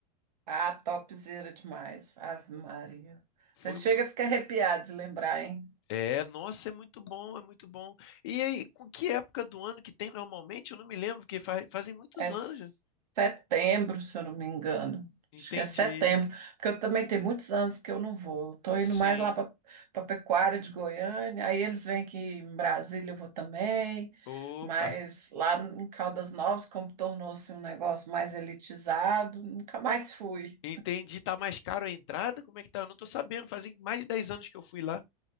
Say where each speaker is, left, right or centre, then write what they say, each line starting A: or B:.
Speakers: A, on the right (about 75°); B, on the left (about 40°).
A: Ah, topzera demais. Ave Maria.
B: Foi,
A: Você
B: mu-
A: chega a ficar arrepiado de lembrar, hein?
B: é, nossa, é muito bom, é muito bom. E aí, com que época do ano que tem normalmente? Eu não me lembro, porque fa- fazem muitos
A: É
B: anos, já.
A: setembro, se eu não me engano.
B: Entendi.
A: Acho que é setembro, porque eu também tenho muitos anos que eu não vou. Estou
B: Sim.
A: indo mais lá para a Pecuária de Goiânia, aí eles vêm aqui em Brasília, eu vou também.
B: Opa.
A: Mas lá em Caldas Novas, como tornou-se um negócio mais elitizado, nunca mais fui.
B: Entendi. Tá mais caro a entrada? Como é que tá? Eu não tô sabendo. Fazem mais de 10 anos que eu fui lá.